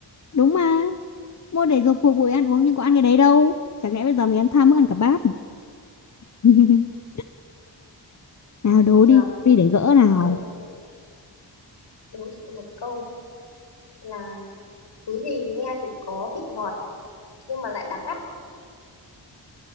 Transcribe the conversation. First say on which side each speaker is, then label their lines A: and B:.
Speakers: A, on the left; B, on the left.
A: Đúng mà. Mua để dùng phục vụ ăn uống nhưng có ăn cái đấy đâu. Chẳng lẽ bây giờ mình ăn tham mới ăn cả bát. <laughs> Nào đố đi,
B: được
A: đi để gỡ nào.
B: câu này được đố chị một câu là túi gì nghe thì có vị ngọt nhưng mà lại đắng ngắt